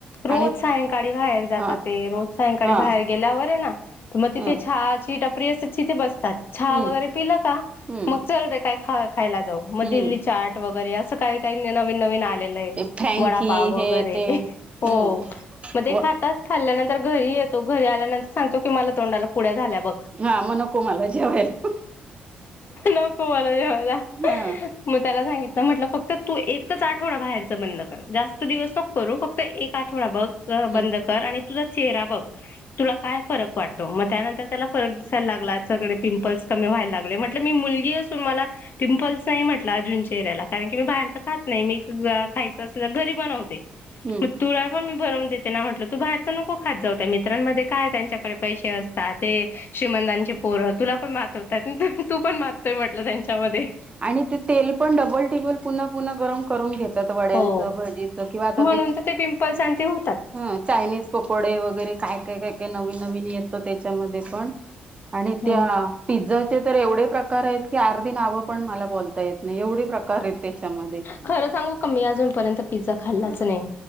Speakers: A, on the left; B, on the right.
A: रोज
B: आणि
A: सायंकाळी बाहेर जातात
B: हा
A: ते रोज सायंकाळी
B: हा
A: बाहेर गेल्यावर हे ना तर मग तिथ
B: ह
A: चहाची, टपरी, असते, तिथे बसतात चहा
B: हम्म
A: वगैरे पिलं का
B: हम्म
A: मग चल रे काय ख खायला जाऊ म
B: हम्म
A: दिल्ली चाट वगैरे असं काय का हीनवीन नवीन आलेलय
B: ते फ्रँकी
A: वडापाव
B: हे
A: वगैरे
B: ते
A: हो
B: हम्म
A: मग ते
B: व
A: खातात तस््खल्ल्यानंतर घरी येतो घरी आल्यानंतर सांगतो की मला तोंडाला पुळ्या झाल्या बघ
B: हा मग नको मला जेवायला
A: नको मला जेवायला
B: हा
A: मग त्याला सांगितलं म्हटलं फक्त तू एकच आठवडा बाहेरच बंद कर जास्त दिवस नको करू फक्त फक्त एक आठवडा बघ
B: हम्म
A: बंद कर आणि तुझा चेहरा बघ तुला काय फरक वाटत मग त्यानंतर त्याला फरक दिसायला लागला सगळे पिंपल्स कमी व्हायला लागले म्हटल मी मुलगी असून मला पिंपल्स नाही म्हटला अजून चेहऱ्याला कारण की मी बाहेरच खात नाही मी खायचं असेल घरी बनवते
B: हम्म
A: मग तुला पण मी भरवून देते ना म्हटलं तू बाहेरच नको खात जाऊ मित्रांमध्ये काय त्यांच्याकडे पैसे असतात ते श्रीमंतांची पोर तुला पण माजवतात तू पण माजतोय म्हटलंत्यांच्यामध्ये
B: आणि ते तेल पण डबल टिबल पुन्हा पुन्हा गरम करून घेत वड्यांचं
A: हो
B: भजीच किंवा आता
A: म्हणून
B: ते
A: तर पिंपल्स आणि ते होतात
B: ह चायनीज पकोडे वगैरे काय काय काय काय नवीन नवीन येतं त्याच्यामध्ये पण आणि
A: हम्म.
B: त्या पिझ्झाचे तर एवढे प्रकार आहेत की अर्धी नाव, मला बोलत येत नाही एवढे प्रकार आहेत त्याच्यामध्ये
A: खरं सांगू क मी अजूनपर्यंत पिझ्झा खाल्लाच नाही